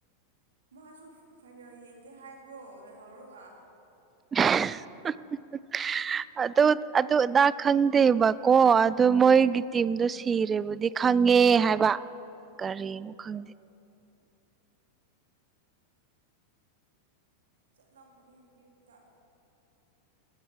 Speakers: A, on the right; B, on the right.
A: ꯃꯥꯁꯨ ꯐꯥꯏꯅꯦꯜ ꯌꯦꯡꯒꯦ ꯍꯥꯏꯕ꯭ꯔꯣ ꯂꯩꯍꯧꯔꯒ
B: <unintelligible> ꯑꯗꯨ ꯑꯗꯨ ꯑꯗꯥ ꯈꯪꯗꯦꯕꯀꯣ ꯑꯗꯨ ꯃꯣꯏꯒꯤ ꯇꯤꯝꯗꯣ ꯁꯤꯔꯦꯕꯨꯗꯤ ꯈꯪꯉꯦ ꯍꯥꯏꯕ
A: ꯑꯣ
B: ꯀꯔꯤꯅꯣ ꯈꯪꯗꯦ
A: ꯆꯠꯂꯝꯒꯅꯤ ꯌꯨꯝꯗ